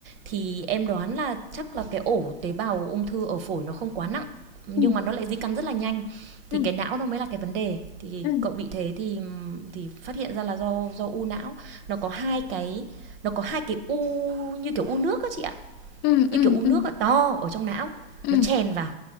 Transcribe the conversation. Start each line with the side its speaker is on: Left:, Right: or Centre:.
Right: thì em đoán là chắc là cái ổ tế bào ung thư ở phổi nó không quá nặng nhưng
Left: ừ,
Right: mà nó lại di căn rất là nhanh
Left: ừ,
Right: thì cái não nó mới là cái vấn đề thì
Left: ừ.
Right: cậu bị thế thì thì phát hiện ra là do do u não nó có hai cái nó có hai cái u như kiểu u nước á chị ạ
Left: ừ ừ
Right: như kiểu u nước
Left: ừ
Right: á to ở trong não
Left: ừ
Right: nó chèn vào